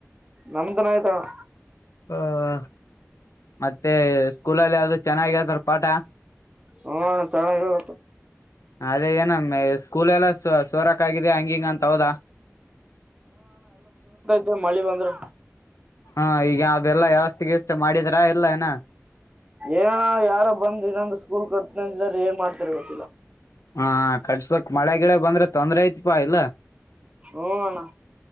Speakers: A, on the right (about 20°); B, on the left (about 75°).
A: ನಮ್ದನ ಆಯ್ತಣ್ಣ
B: ಹ ಮತ್ತೆ ಸ್ಕೂಲಲ್ಲಿ ಯಾವ್ದು ಚೆನ್ನಾಗಿರ್ತಾರ ಪಾಠ
A: ಹ್ಮ ಚಣ ಇರತ್ತು
B: ಅದೇ ಏನಮ್ಮ ಸ್ಕೂಲ್ಲಸ ಸೋರಕ್ ಆಗಿದ ಹಂಗಿಂಗ ಅಂತ ಹೌದಾ
A: ೆ ಮಳಿ ಬಂದ್ರೆ
B: ಹಾ ಈಗ ಅದೆಲ್ಲಾ ವ್ಯವಸ್ತಿಗಷ್ಟ ಮಾಡಿದ್ರ ಎಲ್ಲ ಏನ
A: ಏನ ಯಾರ ಬಂದುಇನ್ನೊಂದು ಸ್ಕೂಲ್ ಕಟ್ತಾರ ಏನ್ ಮಾಡ್ತಾರೆ ಗೊತ್ತಿಲ್ಲ
B: ಹ ಕಟ್ಸ್ಬೇಕಕ್ ಮಳೆ ಗಿಡ ಬಂದ್ರೆ ತೊಂದ್ರೆ ಐತ್ಪಾ ಇಲ್ಲ
A: ಹ್ಞೂ ಅಣ್ಣ